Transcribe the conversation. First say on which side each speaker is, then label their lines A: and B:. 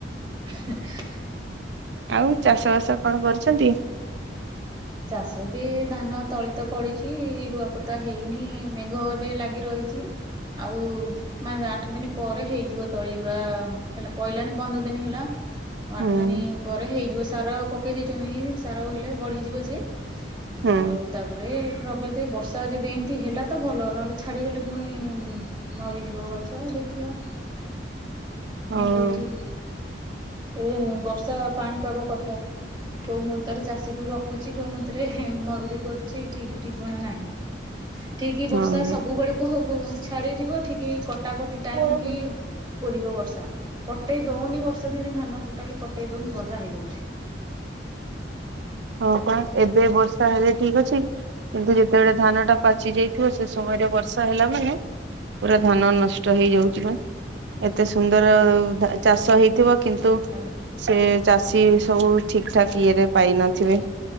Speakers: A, on the right; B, on the right.
A: <inaudible>
B: ଆଉ ଚାଷବାସ କଣ କରୁଛନ୍ତି?
A: ଚାଷ ଏବେ ଧାନ ତଳି ତ ପଡ଼ିଚି। ରୁଆପୋତା ହେଇନି ମେଘ ଏବେ ଲାଗି ରହିଚି। ଆଉ ମା ଆଠ ଦିନ ପରେ ହେଇଯିବ ତଳିଉରା ହେଲା। ପଇଲାନି ପନ୍ଦର ଦିନି ହେଲା। ଆଉ
B: ହୁଁ
A: ଆଠ ଦିନି ପରେ ହେଇଯିବ ସାର ପକେଇ ଦେଇଛନ୍ତି ସାର ହେଲେ ବଢିଯିବ। ସିଏ।
B: ହୁଁ
A: ଆଉ ତାପରେ ରଗଦି ବଷ୍ ବର୍ଷା ଯଦି ଏମିତି ହେଲା ତ ଭଲ ନହେଲେ ଛାଡ଼ିଗଲେ ପୁଣି ମରିଯିବ ଗଛ ଦେଖିଆ। ନ
B: ହଁ
A: ହଉଚି। ଏ ବର୍ଷା ପାଣିପାଗ କଥା କୋଉ ମୁହୂର୍ତ୍ତରେ ଚାଷୀକୁ ରଖ ରଖୁଚି କୋଉ ମୁହୁର୍ତ୍ତରେ ହେ ମରୁଡ଼ି କରୁଚି ଠିକ୍ ଠିକଣା ନାହିଁ। ଠିକ୍
B: ହଁ
A: ବର୍ଷା ସବୁ ବେଳକୁ ସବୁ ଛାଡ଼ିଯିବ ଠିକ୍ କଟାକଟି ଟାଇମ
B: ହଁ
A: କି କୋରିବ ବର୍ଷା କଟେଇ ଦଉନି ବର୍ଷା ଦିନେ ଧାନ ଟୋଟାଲି କଟେଇ ଦଉନି ଗଜା ହେଇଯାଉଛି। <inaudible>
B: ହଁ ପା ଏବେ ବର୍ଷା ହେଲେ ଠିକ୍ ଅଛି। କିନ୍ତୁ ଯେତେବେଳେ ଧାନଟା ପାଚି ଯାଇଥିବ। ସେ ସମୟରେ ବର୍ଷା ହେଲା ମାନେ ପୁରା ଧାନ ନଷ୍ଟ ହେଇଯାଉଚି ବା। ଏତେ ସୁନ୍ଦର ଧା ଚାଷ ହେଇଥିବ। କିନ୍ତୁ
A: ଆଜ୍ଞା।
B: ସେ ଚାଷୀ ସବୁ ଠିକଠାକ୍ ଇଏରେ ପାଇନଥିବେ।